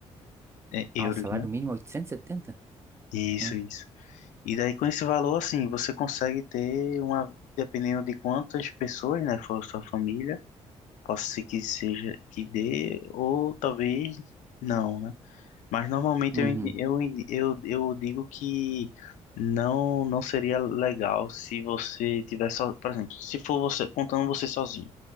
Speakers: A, on the left; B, on the right.
A: é, euros,
B: Ah, o salário
A: né?
B: mínimo é 870?
A: Isso,
B: Hã?
A: isso. E daí com esse valor, assim, você consegue ter uma, dependendo de quantas pessoas, né, for sua família, possa ser que seja que dê, ou talvez não, né? Mas normalmente
B: Uhum.
A: eu, indi- eu, indi- eu, eu digo que não, não seria legal se você tiver só, por exemplo, se for você, contando você sozinho,